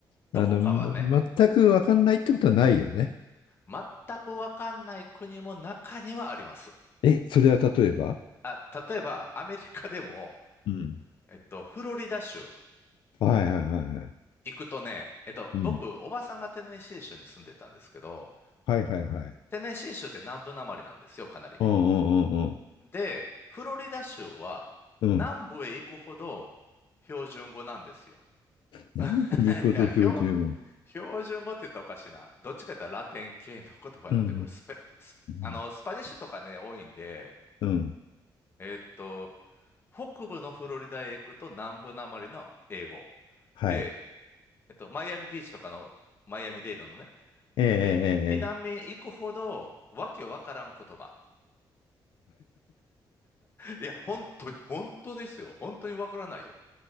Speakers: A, on the left; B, on the left.
A: どこかはね、
B: あの、ま全く分かんないってことはないよね。
A: 全くわかんない国も中にはあります。
B: え、それは例えば
A: あ、例えばアメリカでも、
B: うん。
A: えっと、フロリダ州
B: はいはいはいはい。
A: 行くとね、えっと、
B: うん。
A: 僕、おばさんがテネシー州に住んでたんですけど、
B: はいはいはい。
A: テネシー州って南部なまりなんですよ、かなりね。
B: うんうんうん
A: で、フロリダ州は南部へ行くほど
B: うん。うん。
A: 標準語なんですよ。
B: 南部に行くこと標準語。
A: <laughs> いや、標、標準語って言ったらおかしいな。どっちかというとラテン系の言葉になってくる。
B: うんうんう
A: スペ、スあの、
B: ん
A: スパニッシュとかね、多いんで、
B: うんうんうん。うん。
A: えっと、北部のフロリダへ行くと南部なまりの英語。
B: はい。
A: で、えっと、マイアミビーチとかのマイアミデイドのね、
B: ええええええ。
A: み、南へ行くほど、わけわからん言葉。いや、本当に、本当ですよ。本当にわからないよ。